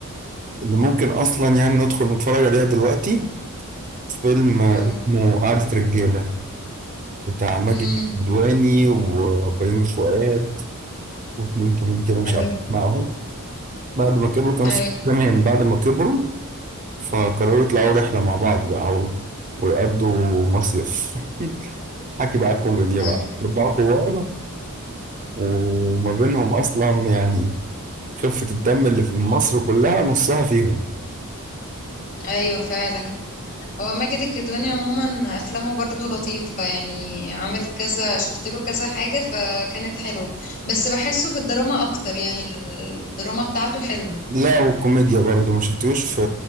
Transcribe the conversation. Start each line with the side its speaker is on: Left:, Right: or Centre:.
Right: اللي ممكن اصلا يعني ندخل نتفرج عليها دلوقتي فيلم اسمه
Left: اه
Right: قعدة رجالة بتاع ماجد
Left: امم
Right: الكدواني وبيومي فؤاد واتنين كمان كده مش
Left: ايوه
Right: عارف معهم بعد ما كبروا كانوا
Left: ايوه
Right: صحاب كمان بعد ما كبروا فقرروا يطلعوا رحلة مع بعض بقى و- ويقضوا مصيف <laughs> حكي بقى الكوميديا
Left: ايوه
Right: بقى أربعة كبار وما بينهم أصلا يعني خفة الدم اللي في مصر كلها نصها فيهم
Left: ايوه فعلا هو ماجد الكدواني عموما افلامه برضو لطيفة يعني عامل كذا شفت له كذا حاجة فكانت حلوة بس بحسه في الدراما اكتر يعني الدراما بتاعته حلوة
Right: لا وكوميديا برضه ما شفتوش في